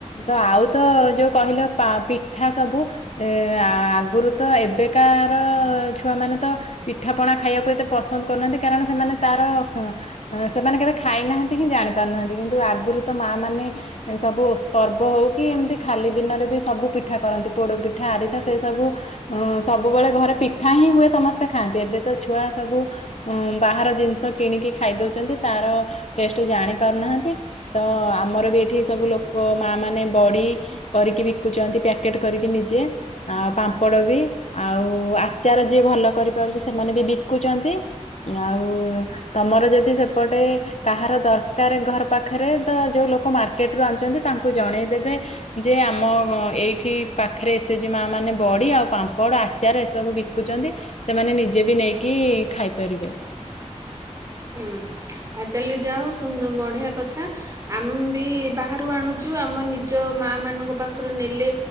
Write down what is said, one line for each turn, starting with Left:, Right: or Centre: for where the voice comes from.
Left: ତ ଆଉ ତ ଯୋଉ କହିଲ ପା ପିଠା ସବୁ ଏ ଆଁ ଆ ଅଗୁରୁ ତ ଏବେକାର ଛୁଆମାନେ ତ ପିଠା ପଣା ଖାଇବାକୁ ଏତେ ପସନ୍ଦ କରୁନାହାନ୍ତି କାରଣ ସେମାନେ ତାର କ ଅ ସେମାନେ କେବେ ଖାଇନାହାନ୍ତି କିିଁ ଜାଣି ପାରୁନାହାନ୍ତି କିନ୍ତୁ ଆଗରୁ ତ ମା ମାନେ ସବୁ ପର୍ବ ହଉ କି ଏମିତି ଖାଲି ଦିନରେ ବି ସବୁ ପିଠା କରନ୍ତି ପୋଡ ପିଠା ଆରିସା ସେ ସବୁ। ଉଁ ସବୁବେଳେ ଘରେ ପିଠା ହିଁ ହୁଏ ସମସ୍ତେ ଖାଆନ୍ତି ଏବେ ତ ଛୁଆ ସବୁ ଉଁ ବାହାର ଜିନିଷ କିଣିକି ଖାଇ ଦଉଛନ୍ତି ତାର ଟେଷ୍ଟ ଜାଣି ପାରୁନାହାନ୍ତି। ତ ଆମର ବି ଏଠି ସବୁ ଲୋକ ମା ମାନେ ବଡି କରିକି ବିକୁଛନ୍ତି ପ୍ୟାକେଟ କରିକି ନିଜେ ଆ ପାମ ପଡ ବି ଆଉ ଆଚାର ଯିଏ ଭଲ କରିପାରୁଛି ସେମାନେ ବି ବିକୁଚନ୍ତି। ଆଉ ତମର ଯଦି ସେପଟେ କାହାର ଦରକାରେ ଘର ପାଖରେ ତ ଯୋଉ ଲୋକ ମାର୍କେଟରୁୁ ଆଣୁଚନ୍ତି ତାଙ୍କୁ ଜଣେଇଦେବେ। ଯେ ଆମ ଏଇଠି ପାଖରେ ଏସେଜି ମା ମାନେ ବଡ଼ି ଆଉ ପାମ୍ପଡ଼ ଆଚାର ଏସବୁ ବିକୁଛନ୍ତି ସେମାନେ ନିଜେ ବି ନେଇକି ଖାଇପାରିବେ।
Right: ହୁଁ ଆଉ ତାହେଲେ ଯାହଉ ସୁନ୍ଦ ବଢିଆ କଥା। ଆମେ ବି ବାହାରୁ ଆଣୁଛୁ ଆମ ନିଜ ମା ମାନଙ୍କ ପାଖରୁ ନେଲେ